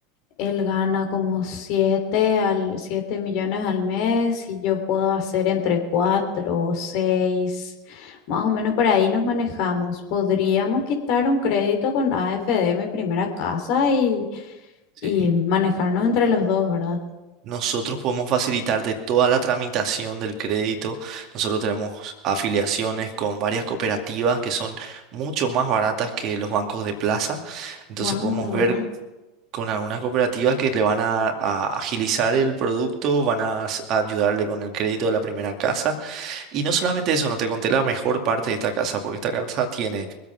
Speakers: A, on the left; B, on the right.
A: él gana como siete al, siete millones al mes y yo puedo hacer entre 4 o 6 más o menos por ahí nos manejamos. Podríamos quitar un crédito con A F AFD, mi primera casa, y,
B: Sí.
A: y manejarnos entre los dos, ¿verdad?
B: Nosotros podemos facilitar de toda la tramitación del crédito. Nosotros tenemos afiliaciones con varias cooperativas que son mucho más baratas que los bancos de plaza. Entonces
A: Wow,
B: podemos
A: de verdad.
B: ver con algunas cooperativas que le van a, a agilizar el producto, van a, s- a ayudarle con el crédito de la primera casa. Y no solamente eso, no te conté la mejor parte de esta casa, porque esta casa tiene